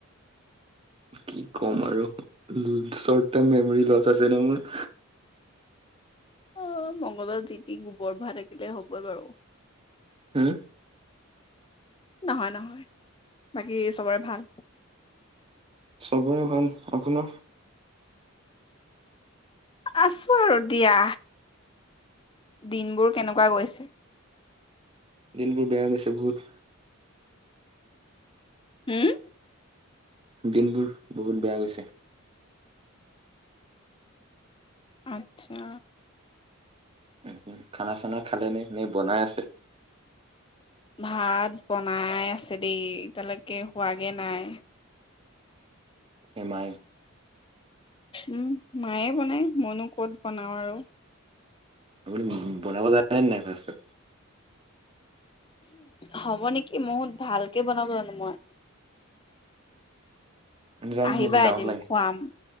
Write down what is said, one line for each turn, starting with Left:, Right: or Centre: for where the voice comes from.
Right: কি ক'ম আৰু শৰ্ট টাৰ্ম মেমৰি লচ আছে ন মোৰ।
Left: অহ, মংগলত যিতি গোবৰ ভা থাকিলে হ'বই বাৰু।
Right: হম,
Left: নহয় - নহয় বাকী চবৰে ভাল।
Right: চবৰে ভাল আপোনাৰ?
Left: আছো আৰু দিয়া। দিনবোৰ কেনেকুৱা গৈছে।
Right: দিনবোৰ বেয়া গৈছে বহুত।
Left: হম।
Right: দিনবোৰ বহুত বেয়া গৈছে।
Left: আচ্ছা।
Right: উম, খানা চানা খালে নে - নে বনাই আছে।
Left: ভাত বনাই আছে দেই এতিয়ালৈকে হোৱাগে নাই।
Right: এনাই
Left: উম, মায়ে বনাই মনো ক'ত বনাও আৰু।
Right: আপুনি বনাব জনে নে নাই ভাত চাত?
Left: হ'ব নেকি বহুত ভালকে বনাব জানো মই।
Right: জানো
Left: আহিবা
Right: মোৰতো ডাউট
Left: এদিন
Right: লাগিছে
Left: খুৱাম